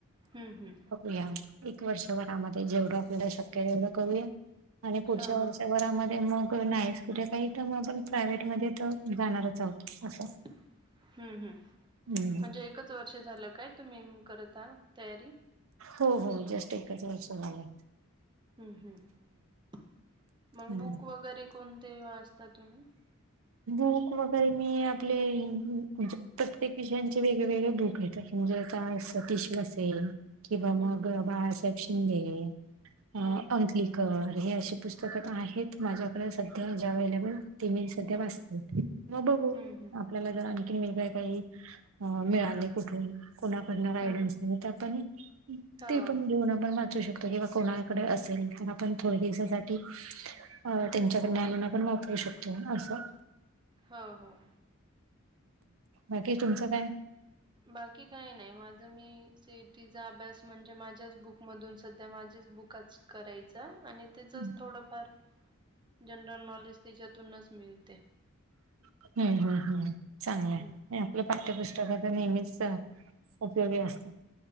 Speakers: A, on the right; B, on the right.
A: हम्म हम्म.
B: या एक वर्षभरामध्ये जेवढं आपल्याला शक्य तेवढं करूया आणि पुढच्या
A: हां, हां.
B: वर्षात. वरामध्ये मग नाही कुठे काही तर मग आपण प्रायव्हेट मध्ये तर जाणारच आहोत. असं
A: हम्म हम्म
B: हम्म.
A: म्हणजे एकच. च वर्ष झालं काय तुम्ही करत तयारी.
B: हो हो जास्ट एकच वर्ष झालं.
A: हम्म हम्म मग
B: हम्म
A: बुक वगैरे कोणते वाचता तुम्ही. <inaudible>
B: बुक वगैरे मी आपले म्हणजे प्रत्येक विषयांचे वेगळेवेेगळे बुक आहेत. तसे म्हजे आता सतीश बसेल. किंवा
A: हं,
B: मग
A: हं.
B: बाळासाहेब शिंदे अ
A: हं.
B: अंकली. कर हे अशी पुस्तकं तर आहेत माझ्याकडे सध्या जे अवे्हेलेबल ते मी सध्या
A: हं.
B: वाचते. <unintelligible> मग बघू
A: हं, हं.
B: आपल्याला जर आणखीन वेगळे काही अ मिळाले कुठून. कुणाकडन गायडन्स
A: हं.
B: नाही तर पण
A: हो.
B: ते पण लिहन आपण वा असू शकतं किंवा कोणाकडे असेल तर आपण थोडे दिवसासाठी. अ त्यांच्याकडे आणून न पण वापरू शकतो असं.
A: हो हो. हं.
B: बाकी तुमचं काय.
A: बाकी काही नाही माझा मी सेटीचा अभ्यास म्हणजे माझ्याच बुकमधून सध्या माझीच बुक. कच करायच. च आणि त्याचच
B: हम्म
A: थोडफार जनरल नॉलेज त्याच्यातूनच मिळते.
B: हम्म हम्म हम्म चांगलं.
A: हम्म
B: आप पाठ्यपुस्तकचा नेहमीच उपयोगी असत